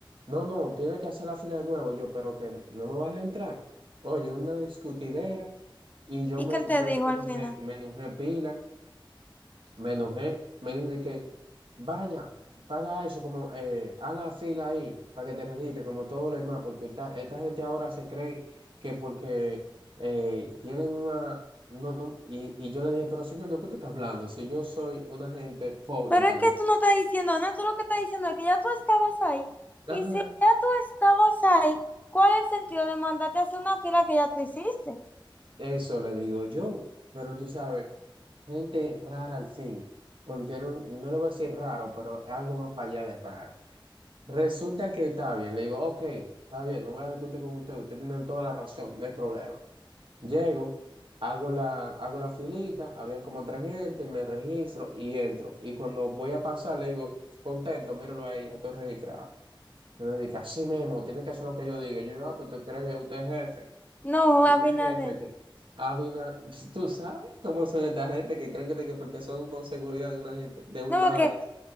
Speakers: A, on the right; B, on the left.
A: No, no, tiene que hacer la fila de nuevo. Yo, pero que no me vas a entrar. Oye, una discutidera y yo
B: ¿Y
A: me,
B: qué él te
A: yo,
B: dijo
A: yo me
B: al
A: enojé,
B: final?
A: me enojé pila. Me enojé, me dijo de que vaya, paga eso, como eh, haz la fila ahí para que te registre, como todo lo demás, porque esta, esta gente ahora se cree que porque eh, tienen una. No, no, y, y yo le dije, pero señor, ¿de qué usted está hablando? Si yo soy una gente pobre
B: Pero
A: también.
B: es que tú no estás diciendo nada, tú lo que estás diciendo es que ya tú estabas ahí.
A: Ajá,
B: Y si ya tú estabas ahí, ¿cuál es el sentido de mandarte a hacer una fila que ya tú hiciste?
A: eso le digo yo, pero tú sabes, gente rara al fin, porque no, no le voy a decir raro, pero es algo más allá de raro. Resulta que está bien. Le digo, ok, está bien, no voy a discutir con usted. Usted tiene toda la razón, no hay problema. Llego, hago la, hago la filita, habían como tres gente, me registro y entro. Y cuando voy a pasar, le digo, contento, míralo ahí, ya estoy registrado. Y me dice, así mismo, tiene que hacer lo que yo diga. Yo digo, ah, pues usted cree que usted es jefe.
B: No,
A: Usted
B: Abinader.
A: es jefe aquí. Habina, <laughs> tú sabes cómo son esta gente que creen que, que porque son una seguridad de una gente, de un
B: No,
A: lado,
B: porque,
A: ya.